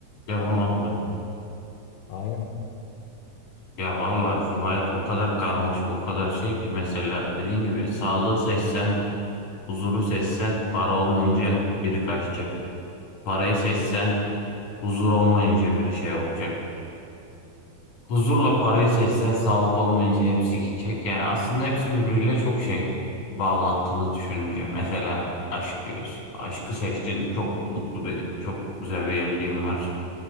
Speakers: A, on the left; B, on the left.
A: yapamadılar.
B: Hayır yapamaz. Aynen.
A: Ya valla şu hayat o kadar karmaşık, o kadar şey ki mesela dediğin gibi sağlığı seçsen, huzuru seçsen para olmayınca biri kaçacak. Parayı seçsen huzur olmayınca biri şey olacak. Huzurla parayı seçsen sağlık olmayınca hepsi gidecek. Yani aslında hepsi birbiriyle çok şey bağlantılı düşününce. Mesela aşk diyoruz. Aşkı seçtin çok mutlu bir, çok güzel bir evliliğin var.